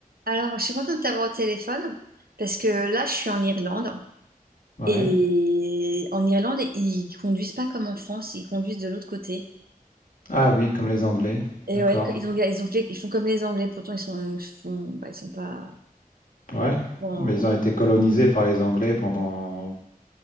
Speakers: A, on the right; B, on the left.
A: Alors, je suis contente de t'avoir au téléphone parce que là, je suis en Irlande
B: Ouais.
A: et en Irlande, ils conduisent pas comme en France, ils conduisent de l'autre côté.
B: Ah oui, comme les Anglais.
A: Et
B: D'accord.
A: ouais, que- ils ont, ils ont fait, ils font comme les Anglais, pourtant ils sont, ils font, bah, ils sont pas.
B: Ouais.
A: Bon,
B: Mais ils ont été colonisés par les Anglais pendant,